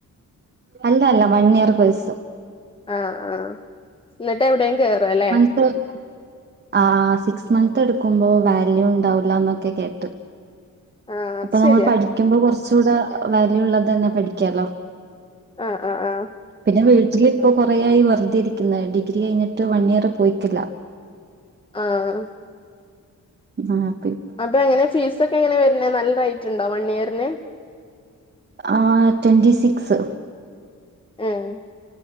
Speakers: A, on the right; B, on the left.
A: അല്ല അല്ല വൺ ഇയർ കോഴ്സ്
B: ആഹ് ആഹ് ന്നിട്ട് എവിടെം കേറലേ
A: <unintelligible> ആഹ് സിക്സ് മന്ത്എടുക്കുമ്പോ വാല്യൂ ണ്ടാവ് ല്ലന്നൊക്കെ കേട്ട്
B: ആ അത്
A: അപ്പൊ
B: ശരിയാ
A: നമ്മൾ പഠിക്കുമ്പോ കൊറച്ചൂടെ വാല്യൂള്ളതന്നെ പഠിക്കാലോ
B: ആഹ് ആഹ് ആഹ്
A: പിന്നെ വീട്ടിലിപ്പൊ കൊറേയായി വർതെ രിക്കുന്ന് ഡിഗ്രി കഴിഞ്ഞി റ്റു വൺ ഇയർ പോയിറ്റില്ല
B: ആഹ്
A: ആഹ് പി
B: അപ്പൊ എങ്ങനെ ഫീസൊക്കെ എങ്ങനെ വരുന്നെ നല്ല റൈറ്റ്ണ്ടോ വൺ ഇയറിന്
A: ആഹ്. ട്വൻറ്റി സിക്സ്
B: ഉം.